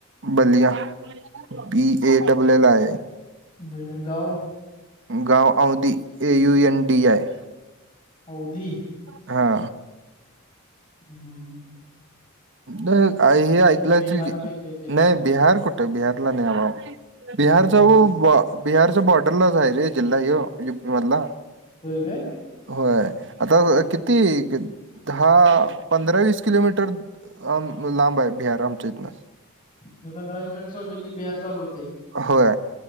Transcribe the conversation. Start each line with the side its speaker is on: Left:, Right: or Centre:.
Right: Ballia B A double L I आहे.
Left: बेलगाव.
Right: गाव औदीअ A U N D I.
Left: Aundi
Right: हा
Left: हम हम हम ह.
Right: हे ऐकलं
Left: बिहार
Right: असेल की
Left: पैकी येते का
Right: नाही
Left: काय?
Right: बिहार कुठे बिहारला नाही बाबा ब <unintelligible>
Left: हम्म हम्म हम्म.
Right: बिहारचा बॉर्डरलाच आहे रे जिल्हा यो युपी मधला
Left: होय काय?
Right: होय आता किती दहा पंधरा वीस किलोमीटर अम लांब आहे बिहार आमच्या इथनं
Left: मी पंधरा वीस मिनिट सोडलं की बिहार चालू होतंय.
Right: होय